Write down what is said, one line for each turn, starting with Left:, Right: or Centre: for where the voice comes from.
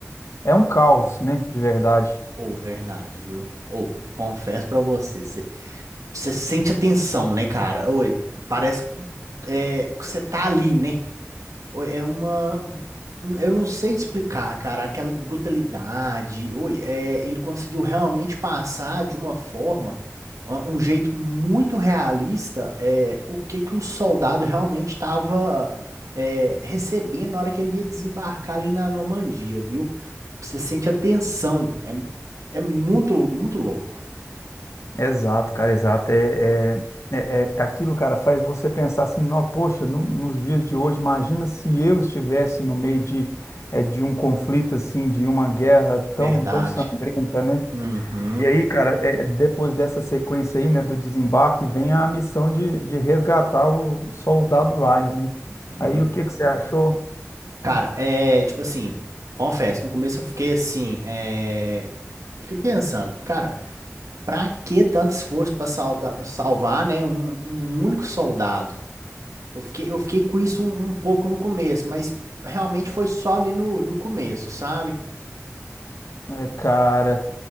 Left: é um caos, né? De verdade.
Right: Ou, verdade, viu? Ou, confesso pra você, você sente a tensão, né, cara? Oi, parece é, que você tá ali, né? Oi, é uma. hum, Eu não sei explicar, cara, aquela brutalidade. Oi, é, ele conseguiu realmente passar de uma forma, um um jeito muito realista, é, o que que o soldado realmente estava recebendo na hora que ele ia desembarcar ali na Normandia, viu? Você sente a tensão. É, é muito, muito louco.
Left: Exato, cara, exato. É, é, é, é- aquilo, cara, faz você pensar assim, não, poxa, no- nos dias de hoje, imagina se eu estivesse no meio de, é, de um conflito assim, de uma guerra
Right: Verdade.
Left: tão, tão sangrenta, né?
Right: Uhum.
Left: E aí, cara, é, depois dessa sequência aí, né, do desembarque, vem a missão de, de resgatar o soldado Ryan, né?
Right: Uhum.
Left: Aí, o que que você achou?
Right: Cara, é tipo assim, confesso, no começo eu fiquei assim, é. fiquei pensando, cara, pra que tanto esforço pra salda- salvar, né, um, um único soldado? Eu fiquei, eu fiquei com isso um, um pouco no começo, mas realmente foi só ali no, no começo, sabe?
Left: É, cara,